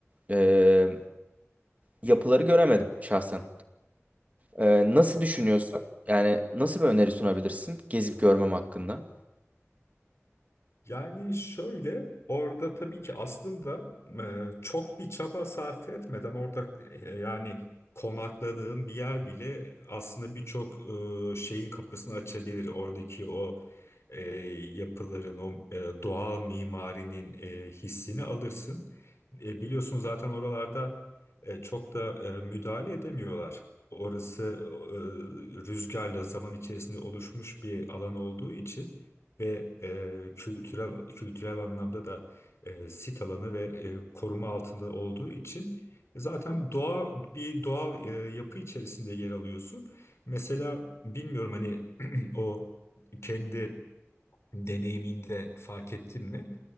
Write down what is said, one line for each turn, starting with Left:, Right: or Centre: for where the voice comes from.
Right: e, yapıları göremedim şahsen. Ee, nasıl düşünüyorsun? Yani nasıl bir öneri sunabilirsin gezip görmem hakkında?
Left: Yani şöyle orada tabii ki aslında e, çok bir çaba sarf etmeden orada e, yani konakladığın bir yer bile aslında birçok e, şeyin kapısını açabilir. Oradaki o e, yapıların, o e, doğal mimarinin e, hissini alırsın. E, biliyorsun zaten oralarda e, çok da e, müdahale edemiyorlar. Orası e, rüzgarla zaman içerisinde oluşmuş bir alan olduğu için ve e, kültürel kültürel anlamda da e, sit alanı ve e, koruma altında olduğu için zaten doğal bir doğal e, yapı içerisinde yer alıyorsun. Mesela bilmiyorum hani <clears throat> o kendi deneyiminde fark ettin mi?